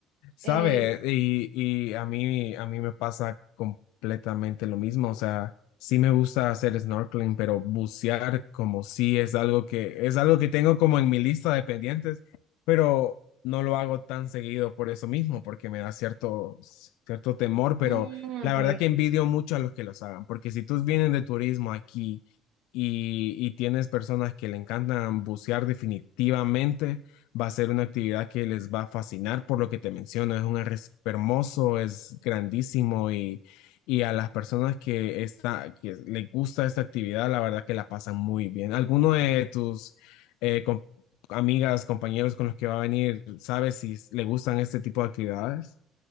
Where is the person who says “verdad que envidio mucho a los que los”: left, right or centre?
Left